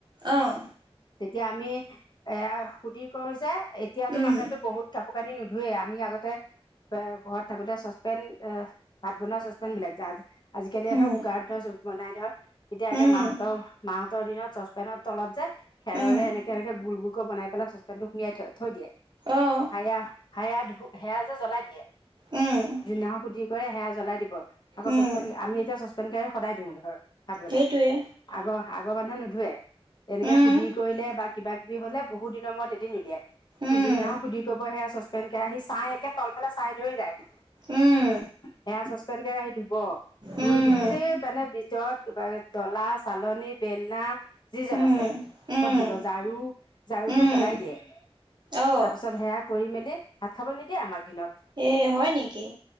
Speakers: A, on the right; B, on the left.
A: আহ
B: তেতিয়া আমি এয়া সুধি কৰো যে এতিয়াতো
A: উম
B: মানুহেতটো বহুত কাপ- কাপোৰ কানি নোধুৱে আমি আগতে ঘৰত থাকোতে চচপেন এ ভাত বনোৱা চচপেন বিলাক য আজিকালি
A: হুম
B: ধৰ কুকাৰত ধৰ চ বনাই ধৰ তেতিয়া একে
A: উম
B: মাহঁতৰ মাহঁতৰ দিনত চচপেনৰ তলত যে খেৰৰে
A: উম
B: এনেকে এনেকে গোল গোল বনাই পেলাই চচপেন টো সুমিয়াই থ থৈ দিয়ে
A: অঁ
B: হায়া হয়া ধু সেয়া যে জ্বলাই দিয়ে
A: উম
B: যোনদিনাখন সুধি কৰে সেয়া জ্বলাই দিব আকৌ
A: উম
B: চচপেন আমি এতিয়া চচপেণ্ড কেৰাহিত সদায় দিওঁ ধৰ ভাত বনাই
A: সেইটোৱে
B: আগৰ আগৰ মানুহে নুধুৱে এনেকে
A: উম
B: সুধি কৰিলে বা কিবা কিবি হলে বহু দিনৰ মৰত এদিন উলিয়াই
A: উম
B: যোন দিনাক সুধি কৰিব সেয়া চচ পেন কেৰাহী চাই একে তলফালে চাই ধৰি যায়
A: উম
B: সেয়া চচপেন কেৰাহিত ধুব। ধুই
A: উম
B: গোতেই মানে ভিতৰত কিবা ডলা, চালনী, বেলনা যি যত
A: উম
B: আছে
A: উম
B: চব ধোব ঝাৰু ঝাৰু
A: উম
B: টো পেলাই দিয়ে
A: অঁ
B: তাৰ পিছত সেয়া কৰি মেলি ভাত খাবলৈ নিদিয়ে আমাক দিনত
A: এ হয় নেকি